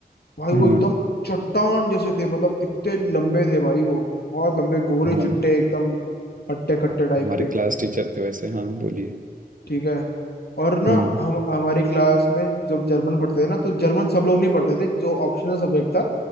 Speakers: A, on the left; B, on the right.
A: भाई वो
B: हाँ
A: एकदम चट्टान जैसे थे मतलब इतने लंबे थे भाई वो बहुत लंबे गोरे
B: हाँ
A: चिट्टे एकदम हट्टे कट्टे टाइप
B: हमारे
A: के
B: क्लास टीचर थे वैसे हाँ बोलिए
A: ठीक है और ना
B: हम्म
A: हम हमारी क्लास में जब जर्मन पढ़ते थे ना तो जर्मन सब लोग नहीं पढ़ते थे जो ऑप्शनल सब्जेक्ट था